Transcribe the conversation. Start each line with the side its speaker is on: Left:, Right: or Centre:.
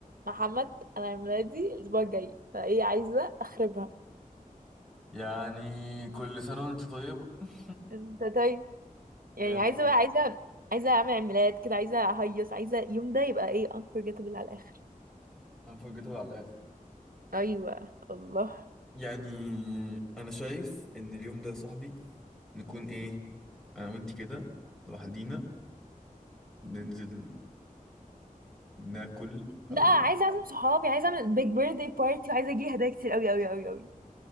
Right: محمد انا عيد ميلادي الاسبوع الجاي فايه عايزه اخربها
Centre: يعني كل سنة وانت طيب <laughs>
Right: انت طيب
Centre: يعني
Right: يعني عايزه بقى عايزه عايزه اعمل عيد ميلاد كده عايزه اهيص عايزه اليوم ده يبقى ايه unforgettable على الاخر
Centre: انفورجيتابل على الآخر
Right: ايوه الله
Centre: يعني أنا شايف إن اليوم ده يا صاحبي نكون إيه أنا وأنت كده لوحدينا ننزل ناكل أو
Right: لا عايزه اعزم صحابي عايزه اعمل بيج بيرثدي بارتي وعايزه اجيلي هدايا كتير قوي قوي قوي قوي